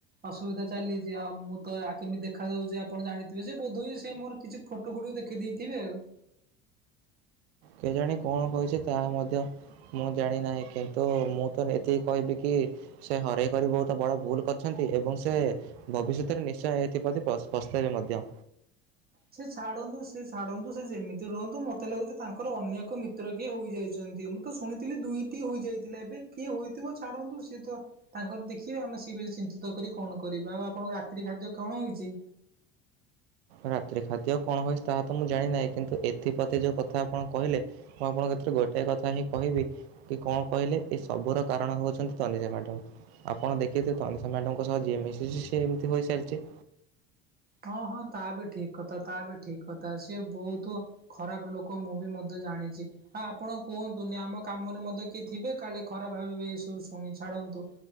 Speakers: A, on the right; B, on the right.
A: ଅସୁବିଧା ଚାଲିଚି, ଆଉ ମୁଁ ତ ଆ କେମିତି ଦେଖାଯାଉଛି ଆପଣ ଜାଣିଥିବେ? ସେ ବୋଧ ବି ସେ ମୋର କିଛି ଫଟୋ ଗୁଡିକୁ ଦେଖି ଦେଇଥିବେ ଆଉ।
B: କେଜାଣି କଣ କହିଚି, ତାହା ମଧ୍ୟ ମୁଁ ଜାଣିନାହିଁ, କିନ୍ତୁ ମୁଁ ତ ଏତିକି କହିବି କି ସେ ହରେଇ କରି ବହୁତ ବଡ ଭୁଲ କରିଚନ୍ତି ଏବଂ ସେ ଭବିଷ୍ୟତରେ ନିଶ୍ଚୟ ଏଥିପ୍ରତି ପସ୍ତ ପସ୍ତେଇବେ ମଧ୍ୟ।
A: ସେ ଛାଡନ୍ତୁ, ସେ ଛାଡନ୍ତୁ, ସେ ଯେମିତି ରୁହନ୍ତୁ, ମତେ ଲାଗୁଛି ତାଙ୍କର ଅନ୍ୟ ଏକ ମି ମିତ୍ର କିଏ ହୋଇଯାଇଚନ୍ତି, ମୁଁ ତ ଶୁଣିଥିଲି ଦୁଇଟି ହୋଇଯାଇଥିଲା, ଏବେ କିଏ ହୋଇଥିବ ଛାଡ଼ନ୍ତୁ ସିଏ ତ ତାଙ୍କର ଦେଖିବେ, ଆମେ ସେ ବିଷୟ ଚିନ୍ତିତ କରି କଣ କରିବା, ଆଉ ଆପଣଙ୍କ ରାତ୍ରି ଖାଦ୍ୟ କଣ ହେଇଚି?
B: ରାତି ଖାଦ୍ୟ କଣ ହୋଇଚି ତାହା ତ ମୁଁ ଜାଣି ନାହିଁ କିନ୍ତୁ ଏଥିପ୍ରତି ଯୋଉ କଥା ଆପଣ କହିଲେ ମୁଁ ଆପଣଙ୍କ ଏଥିରେ ଗୋଟେ କଥା ହିଁ କହିବି କି କଣ କହିଲେ, ଏ ସବୁର କାରଣ ହଉଚନ୍ତି ତନିଜା ମ୍ୟାଡ଼ମ। ଆପଣ ଦେଖିଥେବେ, ତନିଷା ମ୍ୟାଡ଼ମ୍ ଙ୍କ ସହ ଯିଏ ମିଶିଛି, ସିଏ ଏମିତି ହୋଇଚାଲିଚି।
A: ହଁ, ହଁ, ତା ବି ଠିକ କଥା, ତା ବି ଠିକ କଥା, ସିଏ ବହୁତ ଖରାପ ଲୋକ, ମୁଁ ବି ମଧ୍ୟ ଜାଣିଚି। ହ, ଆପଣ କୁହନ୍ତୁନି, ଆମ କାମରେ ମଧ୍ୟ କିଏ ଥିବେ, କାଳେ ଖରାପ ଭାବିବେ ଏ ସବୁ ଶୁଣି, ଛାଡନ୍ତୁ।